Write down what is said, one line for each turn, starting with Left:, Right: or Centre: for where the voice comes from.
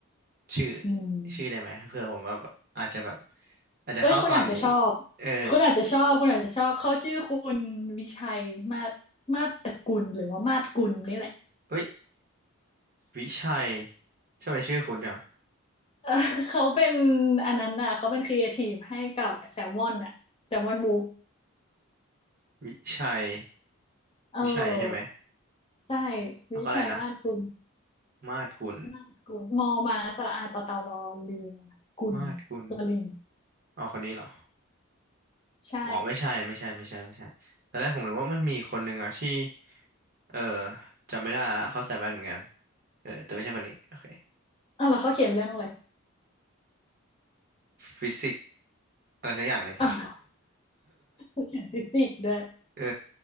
Right: ชื่อ
Left: อืม
Right: ชื่อได้ไหมเพื่อผมว่าแบบอาจจะแบบ อาจจะเข้าตอนนี้
Left: เอ้ยคุณอาจจะชอบ
Right: เออ
Left: คุณอาจจะชอบคุณอาจจะชอบเขาชื่อคุณวิชัยมาศมาศตระกุลหรือว่ามาศกุลนี่แหละ
Right: เฮ้ยวิชัยทำไมชื่อคุณจัง
Left: <laughs> เออเขาเป็นอันนั้นน่ะเขาเป็นครีเอทีฟให้กับแซลมอนน่ะแซลมอนบุ๊ก
Right: วิชัย
Left: เออ
Right: วิชัยใช่ไหม
Left: ใช่
Right: แล้วก็อะไรนะ
Left: วิชัยมาศกุล
Right: มาดกุล
Left: มาดกุลมอมาสระอาต่อเต่ารอเรือกุล
Right: มาดกุล
Left: ลอลิง
Right: อ๋อคนนี้เหรอ
Left: ใช่
Right: อ๋อไม่ใช่ ไม่ใช่ ไม่ใช่ ไม่ใช่ตอนแรกผมนึกว่ามันมีคนหนึ่งอะที่ เออจำไม่ได้ละเขาใส่แว่นเหมือนกันเออแต่ไม่ใช่คนนี้โอเค
Left: อ้าวแล้วเขาเขียนเรื่องอะไร
Right: ฟิสิกส์อะไรสักอย่างหนึ่ง
Left: อ้าวเขาเขียนฟิสิกส์ด้วย
Right: <laughs> เออ